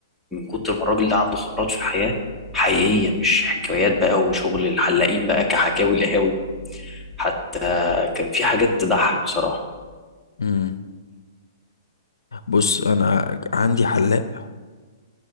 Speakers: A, in the centre; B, on the left.
A: من كتر ما الراجل ده عنده خبرات في الحياه حقيقيه مش حكايات بقى وشغل الحلاقين بقى كحكاوي لهاوي حتى كان في حاجات تضحك بصراحه
B: امم بص انا عندي حلاق